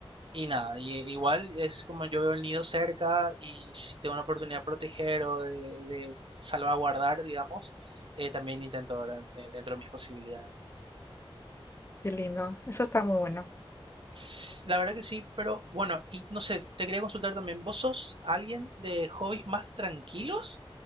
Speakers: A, on the right (about 60°); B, on the left (about 25°).
A: Y nada, y- e, igual es como yo veo el nido cerca y si tengo una oportunidad de proteger o de, de salvaguardar, digamos, eh, también intento ¿verdad? De- dentro de mis posibilidades.
B: Qué lindo, eso está muy bueno.
A: S- La verdad que sí, pero bueno, y no sé, te quería consultar también, ¿vos sos alguien de hobbies más tranquilos